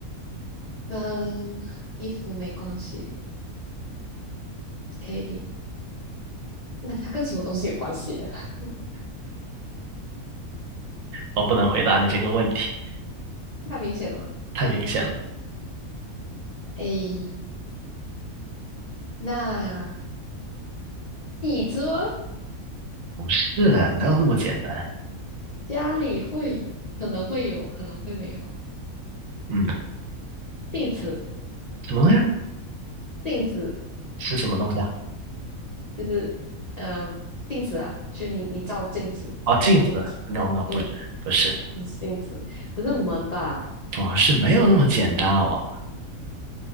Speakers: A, on the left; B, on the right.
A: 跟衣服没关系。诶，那它跟什么东西有关系啊？<laughs>
B: 我不能回答你这个问题，
A: 太明显了吗？
B: 太明显了。
A: 诶，那椅子吗？
B: 不是，哪有那么简单？
A: 家里会可能会有，可能会没有。
B: 嗯，
A: 镜子，
B: 什么东西啊？
A: 镜子
B: 是什么东西啊？
A: 就是嗯，镜子啊，就你你照镜子那个镜子，
B: 哦，镜子。No no，
A: 嗯，
B: 不是，不是，
A: 不是镜子，不是门吧？
B: 不是，没有那么简单，好不好